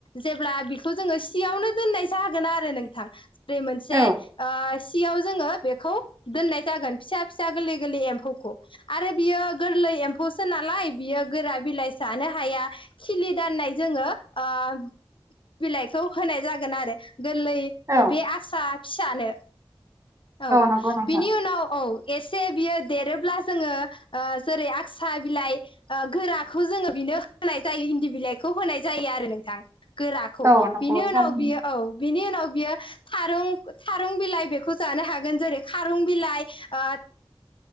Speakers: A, on the left; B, on the right.
A: जेब्ला बिखौ जोङो सियावनो दोननाय जागोन आरो नों थां दै मोनसे
B: औ
A: ओ सियाव जोङो बेखौ दोननाय जागोन फिसा फिसा गोरलै गोरलै एम्फौखौ आरो बियो गोरलै एम्फौसो नालाय बियो गोरा बिलाइ जानो हाया खिलि दाननाय जोङो ओ ओ बिलाइखौ होनाय जागोन आरो गोरलै
B: औ
A: बे आक्सा फिसानो औ
B: नंगौ नोंथां
A: बिनि उनाव औ एसे बियो देरोब्ला जोङो जेरै आक्सा बिलाइ गोराखौ जोङो बि बिनो होनाय जायो इन्दि बिलाइखौ होनाय जायो आरो नोंथां गोराखौ
B: औ नंगौ
A: बिनि
B: थारैनो
A: उनाव बियो औ बिनि उनाव बियो थारुं थारुं बिलाइ बेखौ जानो हागोन जेरै खारं बिलाइ ओ